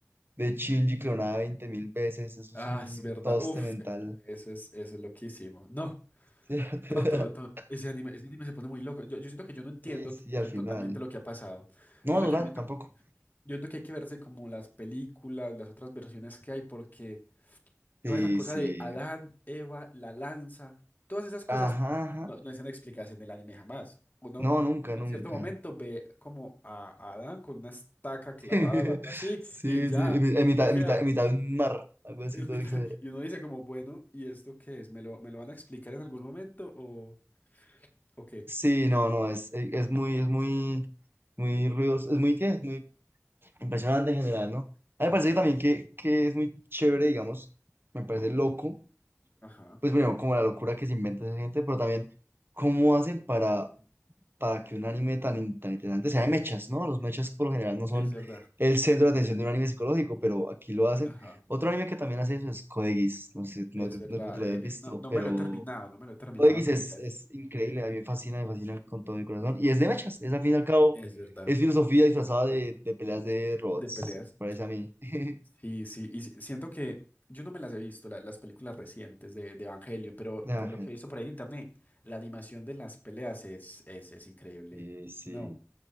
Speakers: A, on the right; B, on the left.
A: de Shinji clonada veinte mil veces, eso
B: Ah,
A: es un
B: es verdad.
A: toste
B: Uf,
A: mental.
B: eso es, eso es loquísimo. No.
A: <laughs>
B: No, todo, todo- ese anime, ese anime se pone muy loco. Yo, yo siento que yo no entiendo
A: Sí, sí,
B: t-
A: al
B: eh,
A: final.
B: totalmente lo que ha pasado.
A: No,
B: Yo
A: no
B: siento que,
A: tanto
B: a mí- me
A: tampoco.
B: to- yo siento que hay que verse como las películas, las otras versiones que hay, porque
A: Sí,
B: toda esa cosa
A: sí.
B: de Adán, Eva, la lanza, todas esas cosas
A: Ajá, ajá.
B: no, no están explicadas en el anime jamás. Uno,
A: No, nunca,
B: uno
A: nunca.
B: en cierto momento ve como a, a Adán con una estaca clavada
A: <laughs>
B: o algo así,
A: Sí,
B: y ya,
A: sí, en en
B: uno
A: mitad,
B: queda
A: en mitad, en mitad de un mar, algo así
B: en
A: todo
B: mitad,
A: exagerado.
B: <laughs> y uno dice como, bueno, ¿y esto qué es? ¿Me lo, me lo van a explicar en algún momento o, o qué?
A: Sí, no, no, es, e, es muy, es muy, muy ruidoso, es muy, ¿qué? Es muy impresionante en general, ¿no? A
B: Ajá.
A: mí me parece que también que, que es muy chévere, digamos, me parece loco,
B: Ajá,
A: pues primero, como la locura que se inventa esa gente, pero también cómo hacen para, para que un anime tan, in- tan interesante sea de mechas, ¿no? Los mechas por lo general no son
B: es verdad.
A: el centro de atención de un anime psicológico, pero aquí lo hacen.
B: Ajá,
A: Otro anime que también hace eso es Code Geass, no sé, si,
B: es
A: no, no
B: verdad.
A: creo que tú lo
B: Eh,
A: hayas visto,
B: eh, no, no
A: pero...
B: me lo he terminado, no me lo he terminado
A: ODX
B: con
A: es,
B: ellas.
A: es increíble, a mí me fascina, me fascina con
B: Sí.
A: todo mi corazón. Y es de mechas, es al fin y al cabo,
B: Es verdad.
A: es filosofía disfrazada de, de peleas de robots,
B: De peleas.
A: me parece a mí. <laughs>
B: Sí, sí, y si- siento que yo no me las he visto, la- las películas recientes de, de Evangelion, pero
A: Ah,
B: por lo que he visto por ahí en internet, la animación de las peleas es, es, es increíble.
A: sí, sí.
B: No.